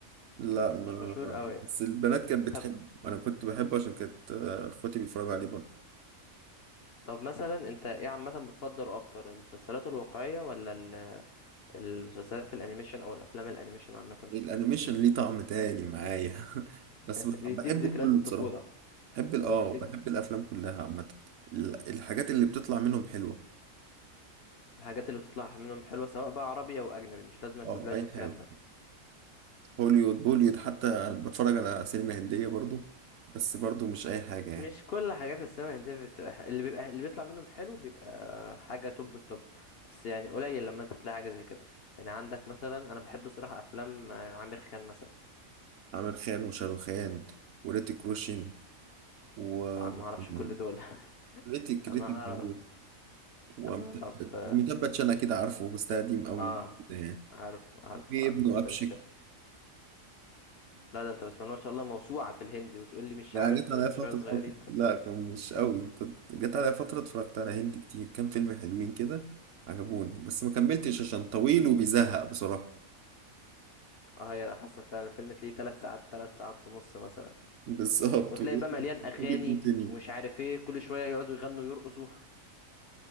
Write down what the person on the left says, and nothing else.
مش مشهور قوي
طب
طب مثلا انت ايه عامه بتفضل اكتر المسلسلات الواقعيه ولا ال- المسلسلات الانيميشن او الافلام الانيميشن عامه
<laughs>
بيديك
ذكريات
الطفوله
بيديك
الحاجات اللي بتطلع منهم حلوه سواء بقى عربي او اجنبي مش لازم الدوبلاج
والكلام
ده
مش كل حاجات السينما الهندية بتبقى ح- اللي بيبقى اللي بيطلع منهم حلو بيبقى حاجة توب التوب بس يعني قليل لما انت تلاقي حاجة زي كده يعني عندك مثلا انا بحب صراحة افلام آه، عامر خان مثلا
لا، انا ما اعرفش كل
دول <laughs>
انا اعرف
انا اعرف
اه
عارف عارف
عارف
انت
بتشاء لا ده انت بسم الله ما شاء الله موسوعة في الهندي وتقول لي مش
عارف
غير
شوية صغيرين
اه هي ده حصل فعلا الفيلم تلاقيه ثلاث ساعات ثلاث ساعات ونص مثلا
وتلاقي
بقى مليان
اغاني
ومش عارف ايه كل شوية يقعدوا يغنوا ويرقصوا